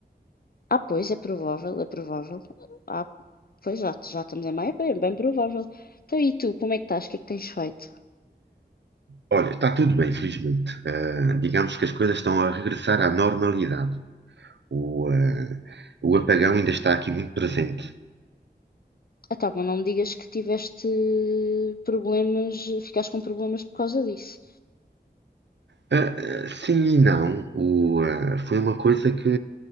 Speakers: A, on the left (about 60°); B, on the right (about 85°).
A: Ah, pois, é provável, é provável. Ah, pois já, já estamos em maio, é bem, bem provável. Então, e tu, como é que estás? O que é que tens feito?
B: Olha, está tudo bem, felizmente. Ah, digamos que as coisas estão a regressar à normalidade. O, ah, o apagão ainda está aqui muito presente.
A: Ah, tá, mas não me digas que tiveste problemas, ficaste com problemas por causa disso.
B: Ah, ah, sim e não. O, ah, foi uma coisa que